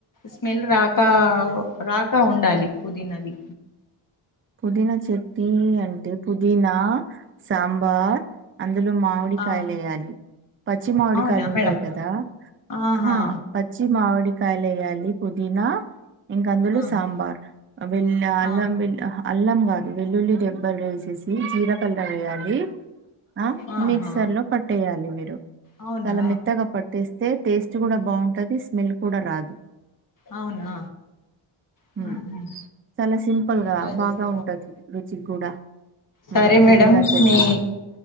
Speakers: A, on the left; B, on the right.
A: స్మెల్ రాక రాక ఉండాలి పుదీనది
B: పుదీనా చెట్టి అంటే పుదీనా సాంబార్ అందులో మామిడి
A: ఆ
B: కాయలు వేయాలి పచ్చి మామిడికాయలు
A: అవునా
B: ఉంటాయి
A: మేడం
B: కదా
A: ఆహా
B: ఆ పచ్చి మామిడికాయలు వయ్యాలి పుదీనా ఇంక అందులో
A: ఆహా
B: సాంబార్ వెల్ అల్లం
A: ఆ
B: వెల్ అల్లం కాదు వెల్లుల్లి డెబ్బలు వేసేసి జీలకర్ర వేయాలి ఆ
A: ఆహా
B: మిక్సర్ లో పట్టేయాలి మీరు
A: అవునా
B: చాలా మెత్తగా పట్టటిస్తే టేస్ట్ కూడా బావుంటది స్మెల్ కూడా రాదు
A: అవునా హమ్
B: ఉమ్
A: హమ్
B: చాలా సింపుల్ గా
A: అట్లా చేస్త
B: బాగా ఉంటది రుచికి కూడా
A: సరే
B: మన పుదీనా
A: మేడం
B: చట్నీ
A: మీ